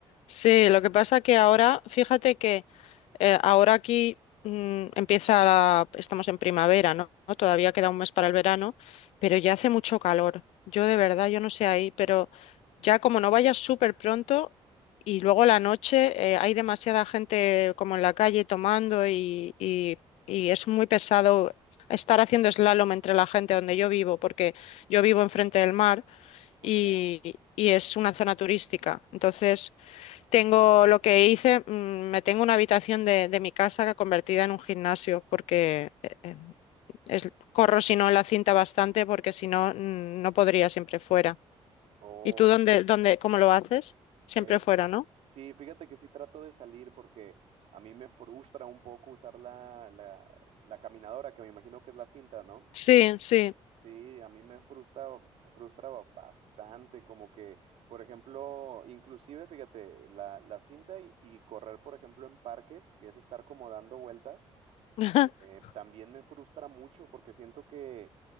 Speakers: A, on the left; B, on the right.
A: Sí, lo que pasa que ahora, fíjate que Eh, ahora aquí mm, empieza la- estamos en primavera, ¿no? ¿no? Todavía queda un mes para el verano, pero ya hace mucho calor. Yo de verdad, yo no sé ahí, pero ya como no vayas súper pronto y luego la noche eh, hay demasiada gente como en la calle tomando y, y y es muy pesado estar haciendo slalom entre la gente donde yo vivo, porque yo vivo enfrente del mar
B: ¿ok?
A: y, y es una zona turística. Entonces tengo lo que hice, mm, me tengo una habitación de, de mi casa convertida en un gimnasio porque eh, eh, es- corro si no la cinta bastante porque si no mm, no podría siempre fuera.
B: Oh,
A: ¿Y tú dónde, dónde, cómo lo haces? Siempre
B: eh,
A: fuera, ¿no?
B: sí, fíjate que sí trato de salir porque a mí me frustra un poco usar la, la, la caminadora, que me imagino que es la cinta, ¿no?
A: Sí, sí.
B: Sí, a mí me frustra, frustra bastante, como que, por ejemplo, inclusive, fíjate, la, la cinta y, y correr, por ejemplo, en parques, que es estar como dando vueltas.
A: <laughs>
B: Eh, también me frustra mucho porque siento que,